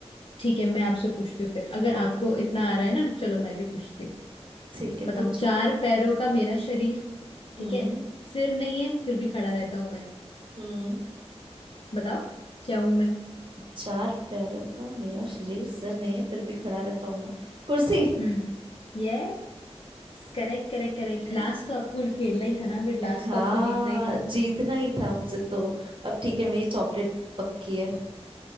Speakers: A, on the left; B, on the right.
A: ठीक है मैं आपसे पूछती हूँ फिर अगर आपको इतना आ रहा है ना चलो मैं भी पूछती हूँ
B: ठीक है
A: बताओ
B: पूछो
A: चार पैरों का मेरा शरीर ठीक
B: हम्म
A: है सिर नहीं है फिर भी खड़ा रहता हूं मैं
B: हम्म
A: बताओ क्या हूं मैं
B: चार पैरों का मेरा शरीर सिर नहीं है फिर भी खड़ा रहता हूं मैं कुर्सी
A: हम्म ये करेक्ट करेक्ट करेक्ट लास्ट
B: <laughs>
A: तो आपको खेलना ही था ना फिर लास्ट
B: हाँ
A: तो आपको जीतना ही था
B: जीतना ही था मुझे तो अब ठीक है मेरी चॉकलेट पक्की है